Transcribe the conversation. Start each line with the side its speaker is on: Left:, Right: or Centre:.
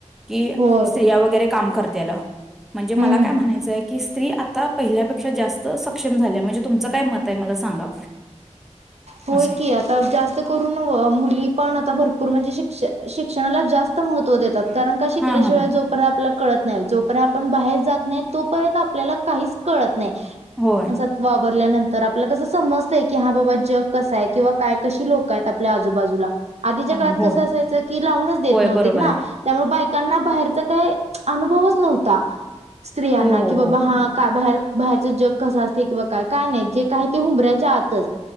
Centre: कि
Right: होय
Centre: स्त्रिया वगैरे काम करत्याल, म्हणजे मला
Right: हम्म
Centre: काय म्हणायचंय की स्त्री आता पहिल्या- जास्त, सक्षम झाल्या, म्हणजे तुमच काय मत मला सांगा.
Right: होय
Centre: असं आहे
Right: की आता जास्त करून, मुली पण आता भरपूर म्हणजे शिक्ष शिक्षणाला जास्त महत्व देतात, कारण का शिकल्याशिवाय
Centre: हां हां
Right: जोपर्यत आपला कळत नाही जोपर्यंत आपण बाहेर जात नाही तोपर्यंत आपल्याला काहीच कळत नाही. नाही
Centre: होय
Right: माणसात वावरल्यानंतर आपलाल कसं समजतय, की हा बाबा जग कस आहे किंवा काय कशी लोकं आहेत आपल्या आजूबाजूला आधीच्या
Centre: हां
Right: काळात
Centre: होय
Right: कसं असायचं, की लावूनच देत
Centre: होय
Right: नव्हत
Centre: बरोबर
Right: ना
Centre: आहे
Right: त्यामुळे बाय कांना बाहेरचा काही अनुभवच नव्हता, स्त्रियांना
Centre: हो हो
Right: कि बाबा
Centre: हो
Right: हा काय बाहेर बाहेरचं जग कसं असते किंवा काय काय नाही जे काय ते उंबऱ्याच्या आतच.